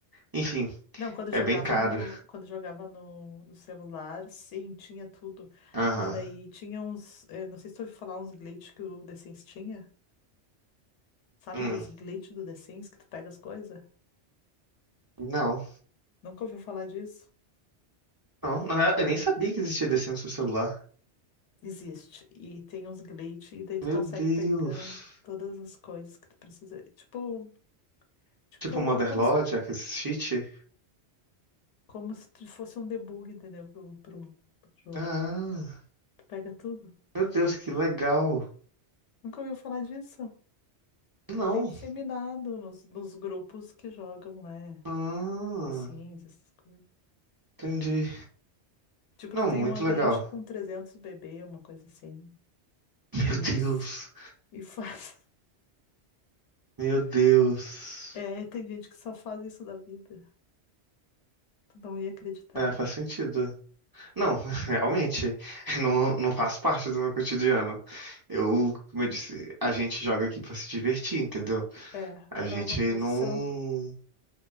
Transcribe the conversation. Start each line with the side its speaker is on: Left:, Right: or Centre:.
Right: Enfim,
Left: Não, quando eu
Right: é
Left: jogava
Right: bem caro.
Left: no, quando eu jogava no, no celular, sim, tinha tudo.
Right: Aham.
Left: Mas daí tinha uns, eh, não sei se tu ouviu falar uns glitch que o The Sims tinha. Sabe
Right: Hum.
Left: dos glitch do The Sims que tu pega as coisas?
Right: Não.
Left: Nunca ouviu falar disso?
Right: Não, não, eu nem sabia que existia The Sims no celular.
Left: Existe. E tem uns glitch e daí tu
Right: Meu
Left: consegue
Right: Deus.
Left: pegar todas as coisas que tu precisa. Tipo, tipo,
Right: Tipo Mother
Left: como
Right: Lodge,
Left: se
Right: aquele cheat?
Left: como se tu fosse um debug, entendeu? Pro, pro, pro jogo.
Right: Ah,
Left: Tu pega tudo.
Right: meu Deus, que legal.
Left: Nunca ouviu falar disso?
Right: Não.
Left: É bem disseminado nos, nos grupos que jogam, né?
Right: Ah,
Left: The Sims, essas coisas.
Right: entendi.
Left: Tipo,
Right: Não,
Left: tu tem
Right: muito
Left: um ambiente
Right: legal.
Left: com 300 bebê, uma coisa assim.
Right: <laughs> Meu
Left: E,
Right: Deus.
Left: f- e faz. <laughs>
Right: Meu Deus.
Left: É, tem gente que só faz isso da vida. Tu não ia acreditar.
Right: É, faz sentido. Não, <laughs> realmente, não, não faz parte do meu cotidiano. Eu, como eu disse, a gente joga aqui pra se divertir, entendeu?
Left: É, <laughs> é,
Right: A
Left: não
Right: gente
Left: é uma profissão.
Right: não.